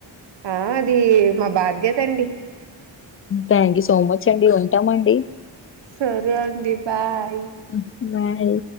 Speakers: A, on the right; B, on the left.
A: ఆ అది మా బాధ్యత అండి
B: థ్యాక్ యూ సో మచ్ అండి ఉంటామండి
A: సరే అండి బాయ్
B: హ్మ్ బాయ్